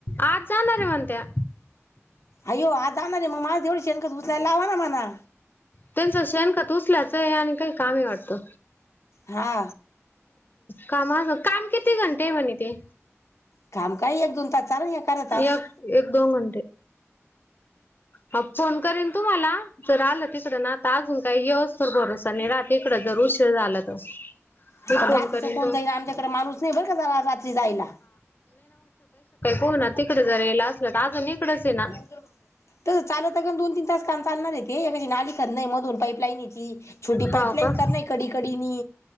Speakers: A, on the left (about 45°); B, on the left (about 80°).
A: आज जाणार हे व्हय त्या
B: अय्यो आज जाणार मग माझं पण शेणखत उचलायला लावा ना मला
A: त्यांच शेणखत उचलयाचं आणि काही काम आहे वाटतं
B: हा
A: कामाच काम किती घंटे म्हणे ते
B: काम काय एक दोन तास चालेल एखादा तास
A: एक एक दोन घंटे. हा फोन करेन तुम्हाला जर आलं तिकड ना तर अजून काही यवस तर भरवसा नाही राहति इकड जर उशीर झाला तर. मी
B: आपण
A: फोन
B: रात्रीच
A: करीन
B: कोणतही
A: तो
B: आमच्याकडे माणूस नाही बर का जला रात्री जायला
A: हो ना ते इकड जरायला असलं तर अजून इकडच ये ना
B: तर चालता का दोन तीन तास काम चालणार ते हे नाली चाललय मधून पापलाईनची छोटी पाईपलाईन
A: हाव का
B: कर नाही खडी खडीनी